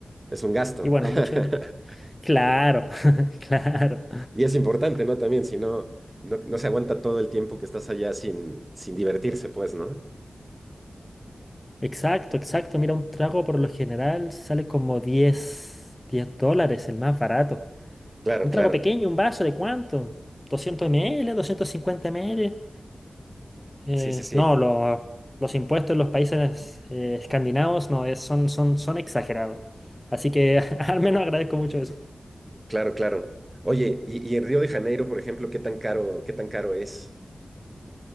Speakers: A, on the right; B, on the left.
A: es un gasto.
B: y bueno,
A: <laughs>
B: mucho. Claro, <laughs> claro.
A: Y es importante, ¿no? También, si no, no, no se aguanta todo el tiempo que estás allá sin, sin divertirse, pues, ¿no?
B: Exacto, exacto. Mira, un trago por lo general sale como diez diez dólares, el más barato.
A: Claro,
B: Un
A: claro.
B: trago pequeño, un vaso, ¿de cuánto? ¿200 ml? cincuenta ml? Eh,
A: Sí, sí, sí.
B: no, lo- los impuestos en los países eh, escandinavos no, es- son, son, son exagerados. Así que <laughs> al menos agradezco mucho eso.
A: Claro, claro. Oye, y, y en Río de Janeiro, por ejemplo, ¿qué tan caro, qué tan caro es?